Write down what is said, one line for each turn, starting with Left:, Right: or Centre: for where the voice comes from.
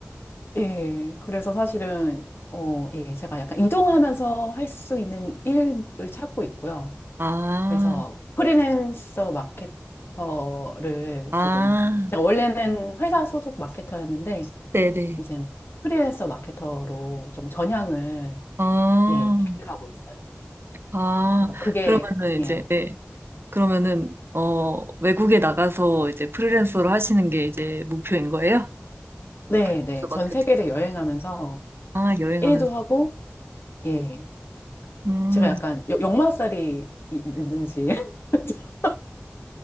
Left: 예, 그래서 사실은, 어, 예, 제가 약간 이동하면서 할 수 있는 일을 찾고 있고요.
Right: 아,
Left: 그래서 프리랜서 마케터를
Right: 아,
Left: 조금, 제가 원래는 회사 소속 마케터였는데,
Right: 네네.
Left: 이제는 프리랜서 마케터로 좀 전향을,
Right: 아,
Left: 예, 계획하고 있어요.
Right: 아,
Left: 그래서 그게,
Right: 그러면은 이제,
Left: 예요.
Right: 네. 그러면은, 어, 외국에 나가서 이제 프리랜서로 하시는 게 이제 목표인 거예요?
Left: 네,
Right: 그래서
Left: 네. 전
Right: 막 그-
Left: 세계를 여행하면서
Right: 아, 여행하면서.
Left: 일도 하고, 예.
Right: 음,
Left: 제가 약간 역- 역마살이 있는지. <laughs>